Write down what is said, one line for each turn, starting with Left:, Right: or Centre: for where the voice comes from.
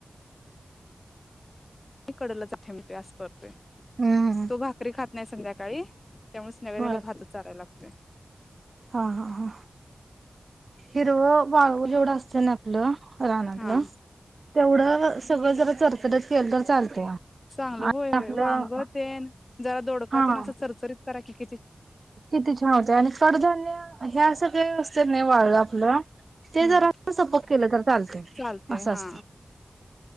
Left: <unintelligible>
Right: हम्म.
Left: तो भाकरी खात नाही संध्याकाळी? त्यामुळेच नेवैद्याला
Right: बर
Left: भातच चाराय लागतोय. तर
Right: हा हा हा हिरव <unintelligible> जेवढं असतय ना आपलं रानातलं
Left: हा
Right: तेवढं सगळं जरा चरचरीत केलं? चालतया.
Left: चांगल
Right: आणि
Left: होय होय
Right: आपलं
Left: वांग तेन जरा दोडका
Right: हा
Left: तेन असं चरचरीत करा कि.
Right: किती छान होते आणि कडधान्य ह्या असं काही असतय नाही वाळलं आपलं ते
Left: हम्म
Right: जर सपक केलं तर चालते
Left: चालते
Right: असं
Left: हा
Right: असत.